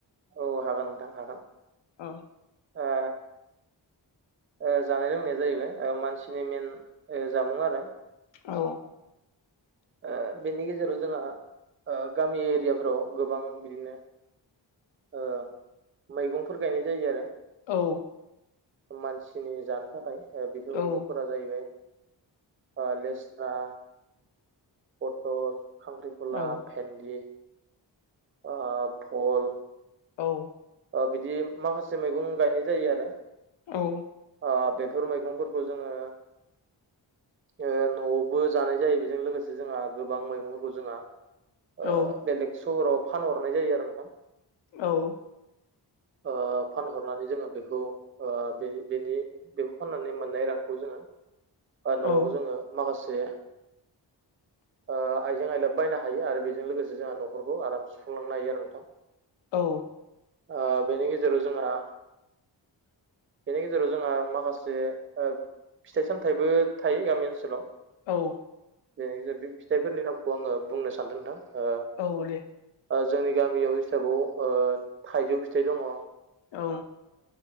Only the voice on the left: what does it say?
अ।
औ
औ।
औ
औ
औ।
औ।
औ
औ। <inaudible>
औ
<inaudible>
औ।
औ।
औ दे।
औ।